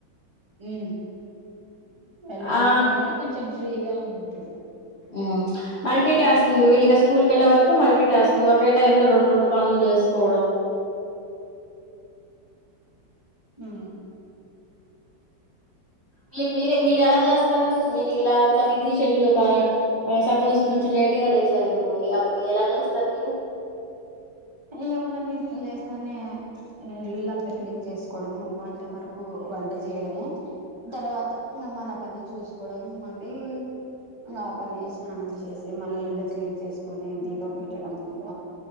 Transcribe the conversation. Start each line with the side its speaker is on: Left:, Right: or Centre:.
Right: ఉ వాళ్ళు వెళ్ళినాకని
Left: ఆ
Right: కొంచెం ఫ్రీగా ఉంటుంది
Left: ఊ మల్టీ టాస్కింగ్ వీళ్ళకి స్కూల్ కెళ్ళ వరకు మల్టీ టాస్కింగ్ ఒకే టైమ్ లో రెండు రెండు పనులు చేసుకోవడం
Right: ఆ
Left: మీ మీర మీరు ఎలా చేస్తారు మీరు ఇలా ఎంత బిజీ షెడ్యూల్ ఒక సపోజ్ కొంచెం లే ట్గా లేసారనుకోండి అప్పుడు ఎలా చేస్తారు మీరు
Right: ఏముందండి లేస్తానే ఇల్ళంతా క్లీన్ చేసుకోవడము వంట వరకు వంట చేయడము తర్వాత ఇంకా మన పని చూసుకోవడం మళ్ళీ ఇంగ ఆ పని స్నానం చేసి మళ్ళీ ఇళ్లు క్లీన్ చేసుకుని దీపం పెట్టడం ఇగ